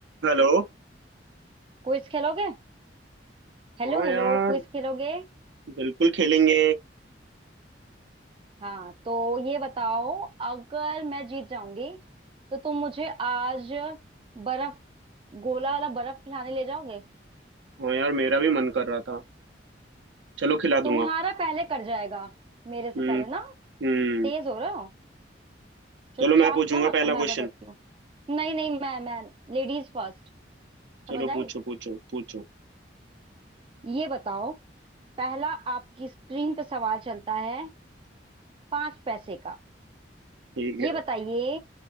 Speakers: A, on the right; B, on the right.
A: Hello
B: Quiz खेलोगे Hello
A: हाँ
B: hello
A: यार
B: quiz खेलोगे
A: बिल्कुल खेलेंगे
B: हाँ तो ये बताओ अगर मैं जीत जाऊंगी तो तुम मुझे आज बर्फ गोला वाला बर्फ खिलाने ले जाओगे
A: हाँ यार मेरा भी मन कर रहा था चलो खिला
B: तुम्हारा
A: दूंगा
B: पहले कर जाएगा मेरे से
A: हम्म
B: पहले ना
A: हम्म
B: तेज हो रहे हो चुपचाप
A: चलो मैं पूछूंगा
B: ना
A: पहला
B: अब मैं
A: क्वेश्चन
B: बताती हूँ नहीं नहीं मैं मैं लेडीज फर्स्ट
A: चलो
B: समझ
A: पूछो
B: आई
A: पूछो पूछो
B: ये बताओ पहला आपकी स्क्रीन पे सवाल चलता है पांच पैसे का
A: ठीक
B: ये
A: है
B: बताइए